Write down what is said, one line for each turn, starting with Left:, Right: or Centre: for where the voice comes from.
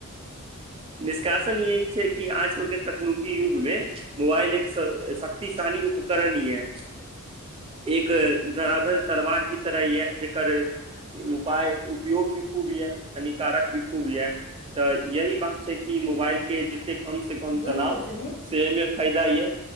Right: निष्कासन यहि छै। कि आजकल के तकनीकी युग मे मोबाइल एक स शक्तिशाली उपकरणी यै। एक धराधर तरवार कि तरह यै जेकर उपाय उपयोग भी खूब ये हानिकारक भी खूब ये तऽ यही बात छै। कि मोबाइल के जते कम से कम
Left: बन्द
Right: चलाउ
Left: करतै ने
Right: सेमे फायदा यै।